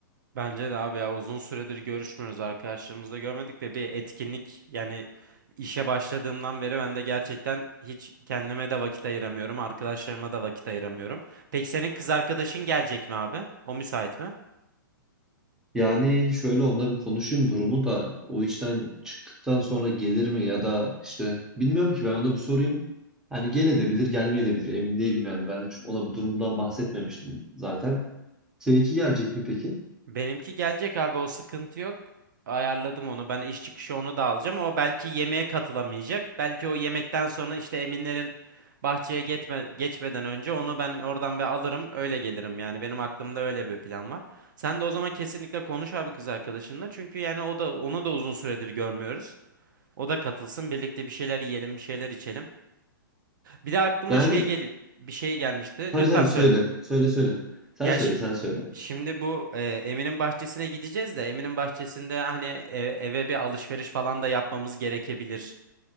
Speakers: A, on the right; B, in the centre.
A: Bence de abi ya uzun süredir görüşmüyoruz arkadaşlarımızla görmedik ve bir etkinlik yani işe başladığımdan beri ben de gerçekten hiç kendime de vakit ayıramıyorum, arkadaşlarıma da vakit ayıramıyorum. Peki senin kız arkadaşın gelecek mi abi? O müsait mi?
B: Yani şöyle onunla bir konuşayım durumu da o işten çıktıktan sonra gelir mi ya da işte bilmiyorum ki ben ona bir sorayım. Hani gel edebilir gelmeye edebilir emin değilim yani ben hiç ona bu durumdan bahsetmemiştim zaten. Seninki gelecek mi peki?
A: Benimki gelecek abi o sıkıntı yok. Ayarladım onu. Ben iş çıkışı onu da alacağım. O belki yemeğe katılamayacak. Belki o yemekten sonra işte Eminlerin bahçeye geçme, geçmeden önce onu ben oradan bir alırım. Öyle gelirim yani. Benim aklımda öyle bir plan var. Sen de o zaman kesinlikle konuş abi kız arkadaşınla. Çünkü yani o da onu da uzun süredir görmüyoruz. O da katılsın. Birlikte bir şeyler yiyelim, bir şeyler içelim. Bir de aklıma
B: Yani
A: şey geliyor. Bir şey gelmişti.
B: tabii
A: Lütfen
B: tabii
A: söyle.
B: söyle söyle söyle sen
A: Gel
B: söyle sen söyle.
A: Şimdi bu e, Emin'in bahçesine gideceğiz de Emin'in bahçesinde hani e- eve bir alışveriş falan da yapmamız gerekebilir.